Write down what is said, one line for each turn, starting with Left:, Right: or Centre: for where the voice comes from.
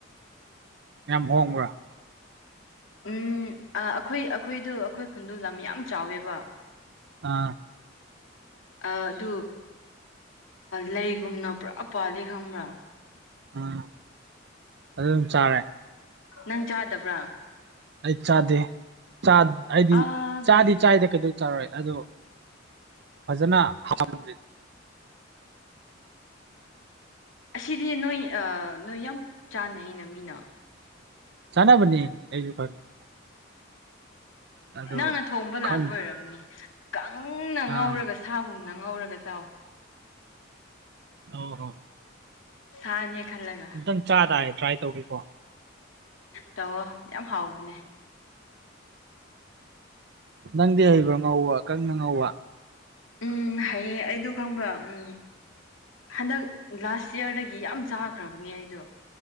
Right: ꯌꯥꯝ ꯍꯣꯡꯕ꯭ꯔꯥ
Left: ꯎꯝ ꯑ ꯑꯩꯈꯣꯏ ꯑꯩꯈꯣꯏꯗꯣ ꯑꯩꯈꯣꯏ ꯈꯨꯟꯗꯨ ꯂꯝ ꯌꯥꯝ ꯆꯥꯎꯋꯦꯕ
Right: ꯑꯥ
Left: ꯑ ꯑꯗꯨ ꯂꯩꯒꯨꯝꯅ ꯄꯨꯔꯥ ꯄꯥꯜꯂꯤ ꯈꯪꯕ꯭ꯔꯥ
Right: ꯎꯝ ꯑꯗꯨꯝ ꯆꯥꯔꯦ
Left: ꯅꯪ ꯆꯥꯗꯕ꯭ꯔꯥ
Right: ꯑꯩ ꯆꯥꯗꯦ ꯆꯥꯠ ꯍꯥꯏꯗꯤ
Left: ꯑꯥ
Right: ꯆꯥꯗꯤ
Left: ꯀꯔꯤꯒꯤ
Right: ꯆꯥꯏꯗꯥ ꯀꯩꯗꯧ ꯆꯔꯣꯏ ꯑꯗꯨ ꯐꯖꯅ <unintelligible>
Left: ꯑꯁꯤꯗꯤ ꯅꯣꯏ ꯑ ꯅꯣꯏ ꯌꯥꯝ ꯆꯥꯟꯅꯩꯅ ꯃꯤꯅ
Right: ꯆꯅꯥꯕꯅꯤ ꯑꯩꯁꯨ ꯈꯪꯢ ꯑꯗꯣ
Left: ꯅꯪꯅ ꯊꯣꯡꯕ ꯂꯥꯟꯕ
Right: ꯈꯪꯗꯦ
Left: ꯑꯣꯏꯔꯝꯅꯤ ꯀꯪꯅ ꯉꯧꯔꯒ
Right: ꯑꯥ
Left: ꯁꯥꯒꯨꯝꯅ ꯉꯧꯔꯒ ꯆꯥꯎ
Right: ꯑꯣꯍꯣ ꯍꯣ
Left: ꯁꯥꯅꯦ ꯈꯜꯂꯒ
Right: ꯈꯤꯇꯪ ꯆꯥ ꯇꯥꯔꯦ ꯇ꯭ꯔꯥꯏ ꯇꯧꯒꯦꯀꯣ
Left: ꯇꯧꯑꯣ ꯌꯥꯝ ꯍꯥꯎꯕꯅꯦ
Right: ꯅꯪꯗꯤ ꯍꯩꯕ꯭ꯔꯣ ꯉꯧꯕ ꯀꯪꯅ ꯉꯧꯕ
Left: ꯎꯝ ꯍꯩꯌꯦ ꯑꯩꯗꯣ ꯈꯪꯕ꯭ꯔꯥ ꯎꯝ ꯍꯟꯗꯛ ꯂꯥꯁ ꯌꯌꯥꯔꯗꯒꯤ ꯌꯥꯝ ꯆꯥꯈ꯭ꯔꯕꯅꯦ ꯑꯩꯗꯣ